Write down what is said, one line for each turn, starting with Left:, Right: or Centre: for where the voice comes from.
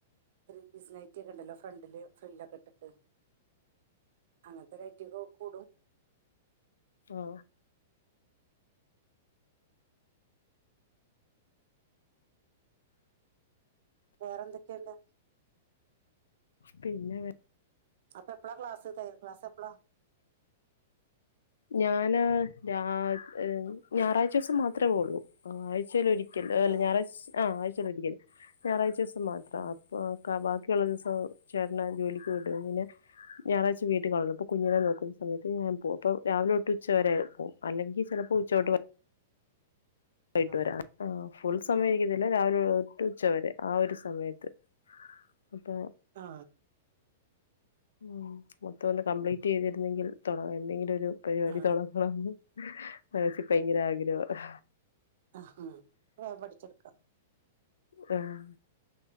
Right: ത്രീ പീസ് നൈറ്റി ഒക്കെ ഇണ്ടല്ലോ ഫ്രണ്ടിൽ ഫ്രിൽ ഒക്കെ ഇ ഇട്ട്ട്ട് അങ്ങൻത്തെ നൈറ്റിയൊക്കെ കൂടും
Left: ആ
Right: വേറെ എന്തൊക്കെ ഇണ്ട്
Left: പിന്നെ ഇങ്ങ
Right: അപ്പം എപ്പളാ ക്ലാസ് തയ്യൽ ക്ലാസ് എപ്പളാ
Left: ഞാന് ഞാൻ ഹ് ഞായറാഴ്ച്ചുസം മാത്രേ പോവുള്ളൂ ആ ആഴ്ചേൽ ഒരി ക്കൽ അതല്ല
Right: ആ
Left: ഞായറാഴ്ച് ആഹ ആഴ്ചേൽ ഒരിക്കൽ ഞായറാഴ്ച ദിവസം മാത്രം
Right: ആ
Left: അപ്പം കപാ ക്കിയുള്ള ദിവസം ചേട്ടനെ ജോലിക്ക് വിടും പിന്നെ ഞായറാഴ്ച വീട്ടി കാണും അപ്പ കുഞ്ഞിനെ നോക്കുന്ന സമയത്ത് ഞാൻ പോവും അപ്പം രാവിലൊട്ട് ഉച്ച വരെ പോവും അല്ലെങ്കി ചെലപ്പോ ഉച്ച
Right: ആ
Left: തൊട്ട് വ വൈട്ട്
Right: ആ
Left: വരും അങ്ങനെ ഫുൾ സമയം
Right: ആ
Left: ഇരിക്കത്തില്ല രാവിലെ തൊട്ട് ഉച്ചവരെ ആ ഒരു സമയത്ത് അപ്പം
Right: ആ
Left: ഉം മൊത്തം ഒന്ന് കംപ്ലീറ്റ് ചെയ്തിര്ന്നെങ്കിൽ തൊടങ്ങ എന്തെങ്കിലും ഒരു പരിപാടി
Right: ആ
Left: തൊടങ്ങണംന്ന് മനസി ഭയങ്കര ആഗ്രഹാ
Right: ഒക്കെ വേം പടിച്ചെടുക്കാ
Left: ഉം